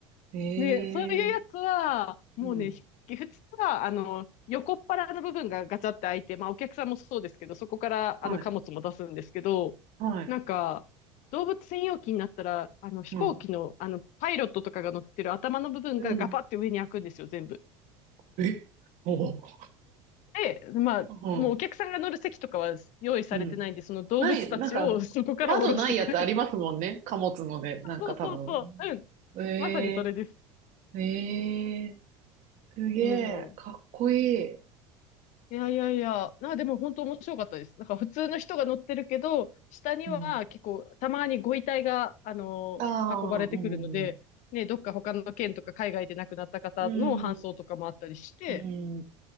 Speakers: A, on the right; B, on the left.
A: ええ
B: ね、そういうやつは、もうね、
A: うん。
B: ひ普通は、あの、横っ腹の部分がガチャって開いて、まあお客さんもそうですけど、そこからあの貨物も出すんですけど、
A: はい、はい、
B: なんか、動物専用機になったら、あの飛行機の、
A: うん、
B: あの、パイロットとかが乗ってる頭の部分がガパって上に開くんですよ、
A: うん。
B: 全部。
A: え、<laughs> おお。
B: で、まあ、
A: <laughs> うん、
B: もうお客さんが乗る席とかは用意されてないんで、
A: うん。
B: その動物たちを
A: ない、なんかあの、
B: <laughs> そこから降ろしてくる。
A: 窓ないやつありますもんね。貨物ので、なんか多分。
B: <laughs> そうそうそう。うん。
A: え
B: まさにそれです。
A: えええすげえ、
B: うん。
A: かっこいい。
B: いやいやいや。な、でも本当面白かったです。なんか普通の人が乗ってるけど、下には結構たまにご遺体が、
A: うん。
B: あのー運ばれてくるので、
A: ああ、うん、うん、
B: ね、どっか他の県とか海外で亡くなった方の搬送とかもあったりして、
A: うん、うん、